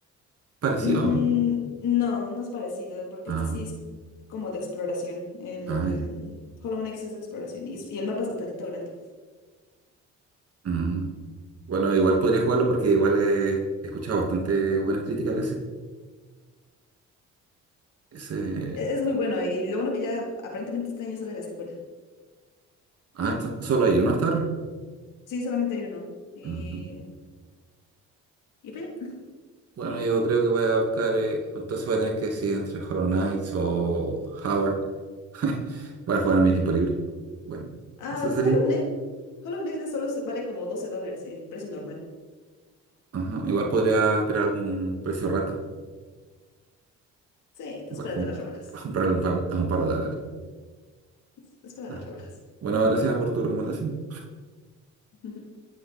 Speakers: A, on the right (about 55°); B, on the left (about 85°).
A: parecido,
B: Mm,
A: ¿no?
B: no, no es parecido, porque
A: Ah,
B: este sí es como de exploración. El
A: ah, ya.
B: Hollow Knight sí es de exploración y, es- y el mapa es bastantito grande.
A: Mm. Bueno, igual podría jugarlo porque igual he, he escuchado bastante buenas críticas de ese. ese...
B: Es, es muy bueno y lo bueno que ya aparentemente este año sale la secuela.
A: Ah, esto- solo hay uno hasta ahora.
B: Sí, solamente hay uno. Y,
A: Ujú.
B: y pues, ya.
A: Bueno, yo creo que voy a buscar, eh, entonces voy a tener que decidir entre Hollow Knight o Howard <laughs> para jugar en mi tiempo libre. Bueno,
B: ah,
A: eso sería.
B: Hollow Knight. Hollow Knight de solo vale como 12 dólares el precio normal.
A: Ajá, igual podría esperar algún precio rata.
B: Sí, entonces
A: Va,
B: espérate
A: com-
B: las rebajas.
A: Comprar <laughs> a un par, a un par de dólares.
B: Es- Espera
A: Ah,
B: las rebajas.
A: Bueno, gracias por tu recomendación.
B: <laughs>